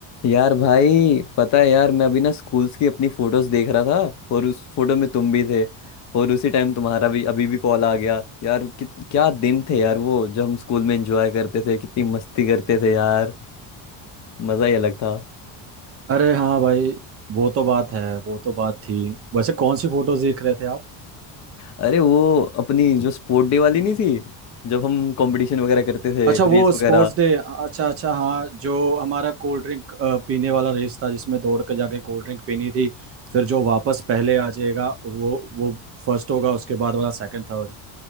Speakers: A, on the left (about 40°); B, on the right (about 30°).
A: यार भाई पता है यार मैं अभी ना स्कूल्स की अपनी फोटोज देख रहा था और उस फोटो में तुम भी थे और उसी टाइम तुम्हारा भी अभी भी कॉल आ गया यार कि, क्या दिन थे यार वो जब हम स्कूल में एंजॉय करते थे कितनी मस्ती करते थे यार मजा ही अलग था
B: अरे हाँ भाई वो तो बात है वो तो बात थी वैसे कौन सी फोटोज देख रहे थे आप
A: अरे वो अपनी जो स्पोर्ट डे वाली नहीं थी जब हम कंपटीशन वगैरह करते थे
B: अच्छा
A: रेस
B: वो स्पोर्ट्स
A: वगैरह
B: डे अच्छा अच्छा हाँ जो हमारा कोल्ड ड्रिंक पीने वाला रेस था जिसमें दौड़ के जाके कोल्ड ड्रिंक पीनी थी फिर जो वापस पहले आ जाएगा वो वो फर्स्ट होगा उसके बाद वाला सेकंड थर्ड